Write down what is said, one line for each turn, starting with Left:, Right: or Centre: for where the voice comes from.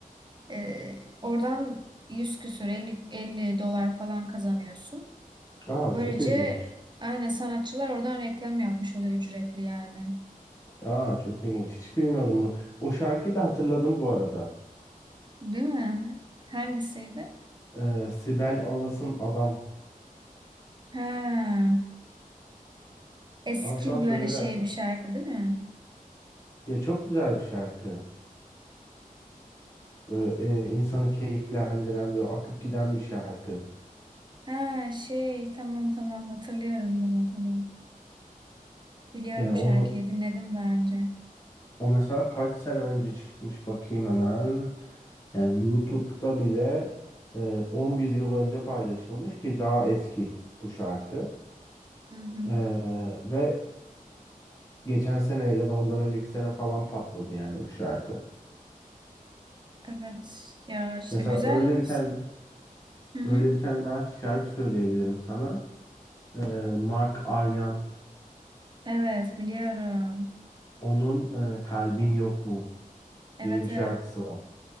Right: E, oradan 100 küsür elli 50 dolar falan kazanıyorsun.
Left: Aa
Right: Böylece
Left: çok ilginç.
Right: aynen sanatçılar oradan reklam yapmış oluyor ücretli yani.
Left: Aa çok ilginç. Hiç bilmiyordum bunu. O şarkıyı da hatırladım bu arada.
Right: Değil mi? Hangisiydi?
Left: Ee, Sibel Alas'ın Adam.
Right: Ha, eski
Left: Ama şu an söyle
Right: böyle şey
Left: dersen.
Right: bir şarkı değil mi?
Left: Ya çok güzel bir şarkı. Böyle, e, insanı keyiflendiren böyle akıp giden bir şarkı.
Right: Ha şey tamam tamam hatırlıyorum bunu tamam. Biliyorum
Left: Yani
Right: şarkıyı
Left: onu
Right: dinledim daha önce.
Left: o mesela kaç sene önce çıkmış bakayım hemen. Yani YouTube'da bile e, 11 yıl önce paylaşılmış ki daha eski bu şarkı.
Right: Hı hı.
Left: E, ve geçen sene ya da ondan önceki sene falan patladı yani bu şarkı.
Right: Evet ya işte
Left: Mesela
Right: güzel.
Left: öyle bir tane
Right: Hı hı.
Left: öyle bir tane daha şarkı söyleyebilirim sana. E, Mark Aryan
Right: Evet biliyorum.
Left: onun e, Kalbin Yok Mu
Right: Evet
Left: diye bir şarkısı
Right: evet.
Left: var.